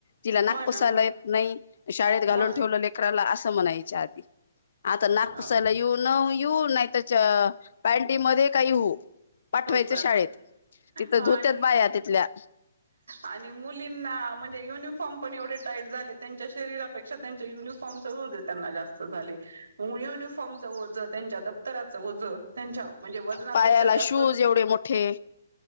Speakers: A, on the left; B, on the right.
A: तिला नागपुसालाय
B: हो ना
A: नाही शाळेत घालून
B: हो
A: ठेवलं लेकराला असं म्हणायच्या आधी आता नागपुसाला
B: हो
A: येऊ न येऊ नाही त्याच्या पांडी मध्ये काही होऊ पाठवायचं
B: सुकर
A: शाळेत तिथं
B: हा
A: धोत्यात
B: आणि
A: बाया तिथल्या
B: आणि मुलींना म्हणजे युनिफॉर्म पण एवढे टाईट झाले त्यांच्या शरीरापेक्षा त्यांच्या युनिफॉर्म ना जास्त झाुनिफॉर्मच वज त्यांच्या दप्तराच वज त्यांच्या म्हणजे वजनापेक्षा
A: पायाला
B: जास्त
A: शूज एवढे मोठे